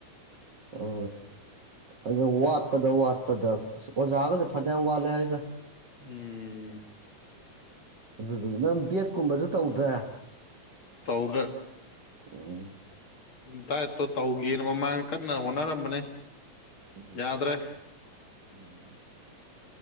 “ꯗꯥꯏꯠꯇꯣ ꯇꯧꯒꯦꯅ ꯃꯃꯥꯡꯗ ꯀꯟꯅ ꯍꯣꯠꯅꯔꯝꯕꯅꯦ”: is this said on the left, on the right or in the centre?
Left